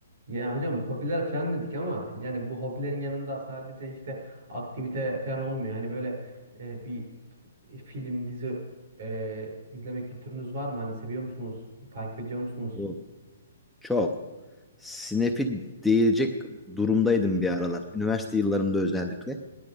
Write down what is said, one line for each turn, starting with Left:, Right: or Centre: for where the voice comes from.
Right: Ya hocam hobiler falan dedik ama yani bu hobilerin yanında sadece işte aktivite falan olmuyor. Hani böyle e, bir f- film, dizi e, izleme kültürünüz var mı? Hani seviyor musunuz? Takip ediyor musunuz?
Centre: Yok. Çok. Snap'i diyecek durumdaydım bir aralar. Üniversite yıllarımda özellikle.